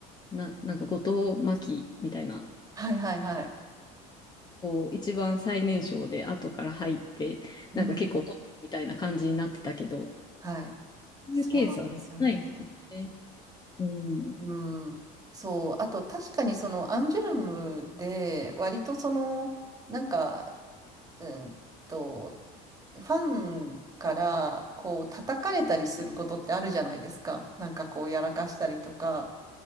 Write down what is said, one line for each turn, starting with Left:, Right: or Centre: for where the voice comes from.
Left: な、なんか後藤真希みたいな、
Right: はいはいはい。
Left: こう一番最年少で後から入って、
Right: うん。
Left: なんか結構トップみたいな感じになってたけど、
Right: はい。
Left: そういうケースはないですね。
Right: そうなんですよね。
Left: うん。
Right: うん、そう。あと、確かにそのアンジュルムで、割とその、なんか、うんと、ファンからこう叩かれたりすることってあるじゃないですか。なんかこうやらかしたりとか。